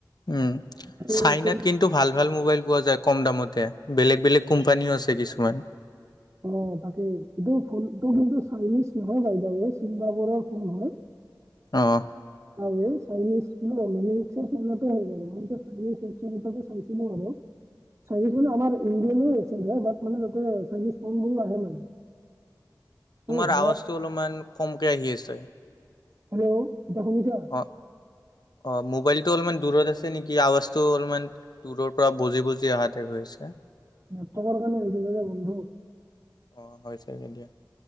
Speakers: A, on the left (about 65°); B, on the right (about 40°).
A: উঅঁ,
B: ত'
A: চাইনাত
B: ত'
A: কিন্তু- টো ভাল-ভাল মোবাইল পোৱা যায় কম দামতে বেলেগ-বেলেগ কোম্পানীও আছে কিছুমান।
B: অঁ' তাকে, এইটো ফোনটো কিন্তু চাইনিজ নহয় বাইদেউএই ছিংগাপুৰৰ ফোন হয়।
A: অঁ', -অঁহ'।
B: <unintelligible> চাইনিজ মানে আমাৰ ইংলেণ্ডও এক্সজেক হয়, বা মানে তা'তে চাইনিজ ফোনবোৰো আহে মানে। ত'
A: তোমাৰ
B: হোৱাই
A: আৱাজটো অলপমান কমকে আহি আছে।
B: হেল্ল' এতিয়া শুনিছা?
A: অ', অ' মোবাইলটো অলপমান দূৰত আছে নেকি আৱাজটো অলপমান- দূৰৰ পৰা বজি-বজি অহা টাইপ হৈ আছে।
B: নেটৱৰ্কৰ কাৰণে হৈছে চাগে বন্ধু।
A: অ' হয় চাগে দিয়া।